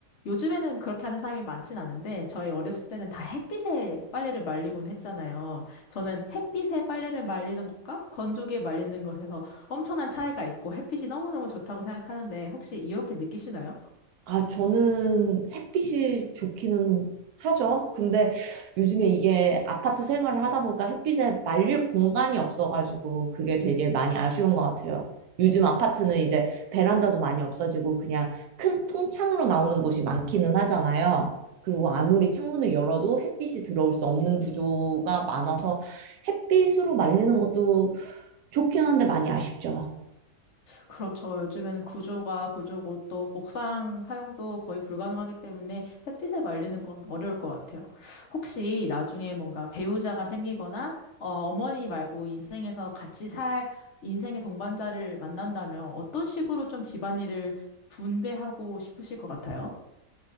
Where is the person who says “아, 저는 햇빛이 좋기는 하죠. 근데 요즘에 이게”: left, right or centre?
Right